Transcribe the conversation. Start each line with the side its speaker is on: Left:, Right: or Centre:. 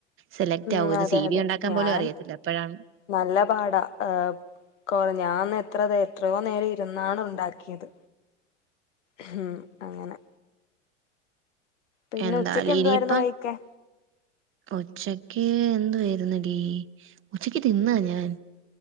Right: സെലക്ട്
Left: ഉം
Right: ആവോ ഇത്
Left: അതെ
Right: സി
Left: അതെ
Right: ബി ഉണ്ടാക്കാൻ
Left: ഞാൻ
Right: പോലും അറിയത്തില്ല അപ്പോഴാണ്
Left: നല്ല പാടാ ഏഹ് കൊറ ഞാൻ എത്ര എത്രയോ നേരം ഇരുന്നാണ് ഉണ്ടാക്കിയത് ഉം അങ്ങനെ പിന്നെ
Right: എന്താലിനിയിപ്പം
Left: ഉച്ചക്ക് എന്തുവായിരുന്നു കഴിക്കാൻ
Right: ഉച്ചക്ക് എന്തുവായിരുന്നുന്നടീ ഉച്ചക്ക് തിന്നാ ഞാൻ